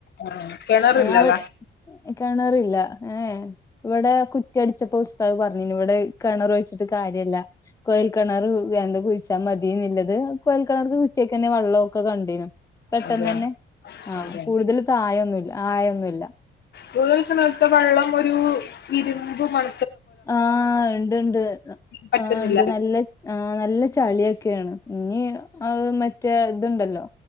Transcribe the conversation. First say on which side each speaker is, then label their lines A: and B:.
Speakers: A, on the left (about 60°); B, on the left (about 15°).
A: ആഹ് കിണറില്ലല്ലേ
B: ആവി കെണറില്ല ഏ ഇവിടെ കുറ്റി അടിച്ചപ്പോ ഉസ്താദ് പറഞ്ഞിനി ഇവിടെ കെണർ വെച്ചിട്ട് കാര്യല്ല കോയൽ കിണറ് വേന്ത കുഴിച്ചാ മതിന്നല്ലത് കൊയൽ കിണർക്ക് ഉച്ചക്ക് തന്നെ വെള്ളമൊക്കെ കണ്ടിനും പെട്ടെന്ന്
A: അതെ
B: തന്നെ ആ
A: അതെ
B: കൂടുതൽ ആയൊന്നുല്ല ആയൊന്നുല്ല
A: കൂഴൽ കെണറത്തെ വെളളം ഒരു ഇരുമ്പ് മണ
B: ആഹ് ഇണ്ട് ഇണ്ട്
A: പറ്റുന്നില്ല
B: ആ ഉണ്ട് നല്ല ആ നല്ല ചളിയൊക്കെയാണ് ഇനി അത് മറ്റേ ഇതുണ്ടല്ലോ